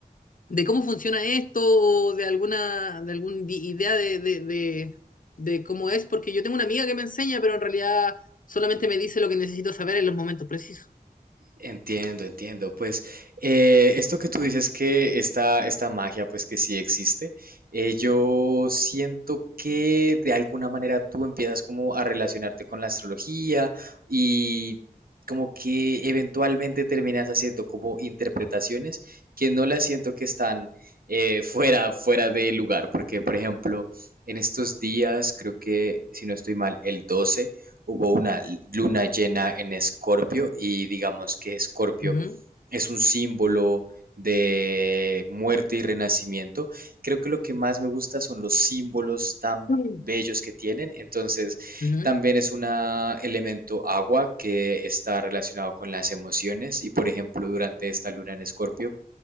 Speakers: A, on the left; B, on the right.
A: de cómo funciona esto o de alguna, de alguna idea de, de, de, de cómo es, porque yo tengo una amiga que me enseña, pero en realidad solamente me dice lo que necesito saber en los momentos precisos.
B: Entiendo, entiendo. Pues eh, esto que tú dices que esta, esta magia, pues que sí existe, eh, yo siento que de alguna manera tú empiezas como a relacionarte con la astrología y como que eventualmente terminas haciendo como interpretaciones que no las siento que están eh, fuera, fuera de lugar, porque por ejemplo, en estos días, creo que si no estoy mal, el 12 hubo una luna llena en Escorpio y digamos que Escorpio
A: Ujú.
B: es un símbolo de muerte y renacimiento. Creo que lo que más me gusta son los símbolos tan
A: Mm.
B: bellos que tienen. Entonces,
A: Ujú,
B: también es un elemento agua que está relacionado con las emociones y, por ejemplo, durante esta luna en Escorpio,